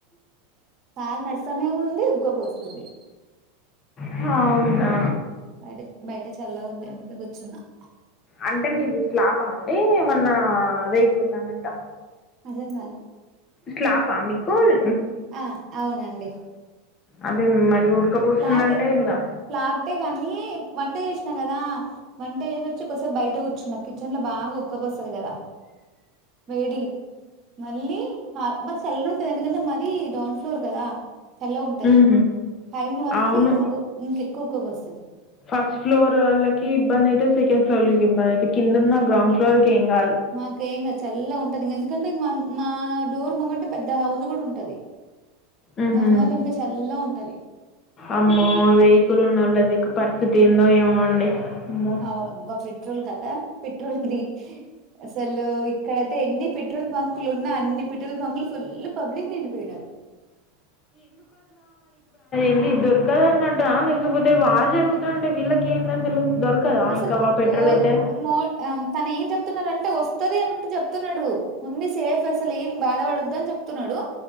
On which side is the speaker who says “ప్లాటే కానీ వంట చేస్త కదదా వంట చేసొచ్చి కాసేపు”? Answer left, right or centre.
Right